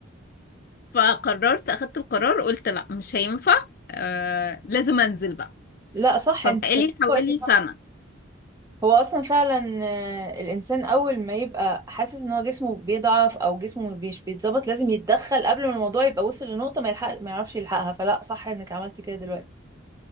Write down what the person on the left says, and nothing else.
فقررت اخدت القرار قلت لا مش هينفع آه لازم انزل بقى
فبقالي
حوالي
سنة